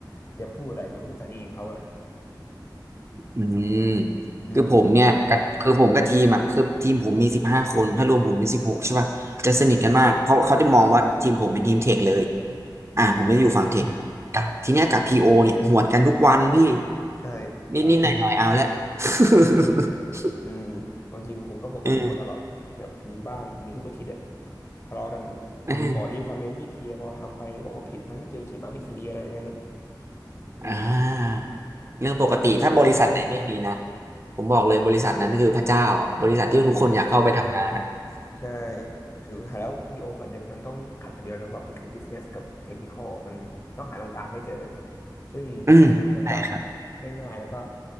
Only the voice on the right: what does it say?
อืม
คือผมเนี่ยกับคือผมกับทีมอ่ะคือทีมผมมีสิบห้าคนถ้ารวมผมเป็นสิบหกใช่ป่ะจะสนิทกันมากเพราะเขาจะมองว่าทีมผมเป็นทีมเทคเลยอ่าผมไม่ได้อยู่ฝั่งเทคกับทีเนี้ยกับพีโอเนี่ยหวดกันทุกวันพี่
นิดนิดหน่อยหน่อยๆเอาละ <laughs>
เออ
<laughs>
อ่าเรื่องปกติถ้าบริษัทไหนไม่มีนะ
ผมบอกเลยบริษัทนั้นคือพระเจ้าอะบริษัทที่ทุกคนอยากเข้าไปทำงานอ่ะ
<laughs> อืมใช่ครับ